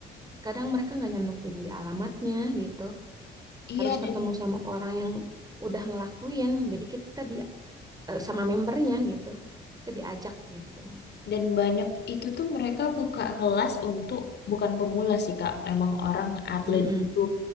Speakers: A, on the right (about 20°); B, on the left (about 60°).
A: Kadang mereka nggak nyantumin di alamatnya gitu.
B: Iya
A: Harus ketemu
B: dan
A: sama orang yang udah ngelakuin. Jadi kita di eh, sama membernya gitu. Kita diajak gitu.
B: dan banyak itu tuh mereka buka kelas untuk bukan pemula sih Kak emang orang atlet
A: Mm-mm.
B: gitu